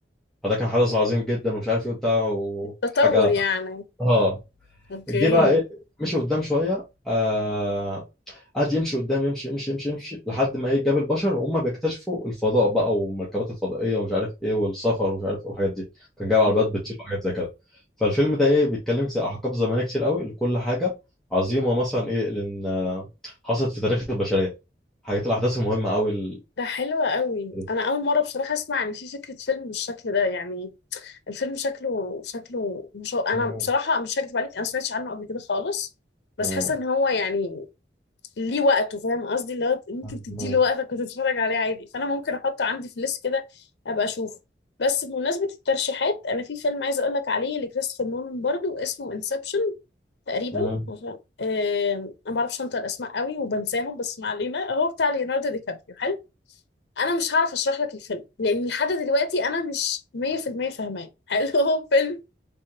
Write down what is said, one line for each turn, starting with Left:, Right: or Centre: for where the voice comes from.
Centre: فده كان حدث عظيم جدا ومش عارف ايه بتاع وكانت
Left: تطور
Centre: حاجة
Left: يعني
Centre: اه
Left: اوكي
Centre: جه مم. بقى ايه مشي قدام شويه آه قعد يمشي قدام يمشي يمشي يمشي يمشي لحد ما ايه جاب البشر وهم بيكتشفوا الفضاء بقى والمركبات الفضائيه ومش عارف ايه والسفر ومش عارف ايه والحاجات دي كان جايب
Left: مم.
Centre: عربيات بتطير وحاجات زي كده فالفيلم ده ايه بيتكلم زي احقاب زمنيه كتير قوي لكل حاجه عظيمه مثلا ايه لان حصلت في تاريخ البشريه حاجات الاحداث المهمه قوي ال...
Left: ده حلو قوي
Centre: <laughs>
Left: انا اول مره بصراحه اسمع ان في فكره فيلم بالشكل ده يعني الفيلم شكله شكله مش هو- انا
Centre: مم.
Left: بصراحه مش هكدب عليك انا ما سمعتش عنه قبل كده خالص بس
Centre: مم.
Left: حاسه ان هو يعني ليه وقته فاهم قصدي اللي هو ممكن
Centre: مم.
Left: تديله وقتك وتتفرج عليه عادي فانا ممكن احطه عندي في الليست كده ابقى اشوفه بس بمناسبه الترشيحات انا في فيلم عايزه اقول لك عليه لكريستوفر نولان برضو اسمه انسبشن تقريبا
Centre: مم.
Left: عشان آه انا ما بعرفش انطق الاسماء قوي وبنساهم بس ما علينا هو بتاع ليوناردو دي كابريو حلو انا مش هعرف اشرح لك الفيلم لان لحد دلوقتي انا مش 100% فاهماه <laughs> حلو هو فيلم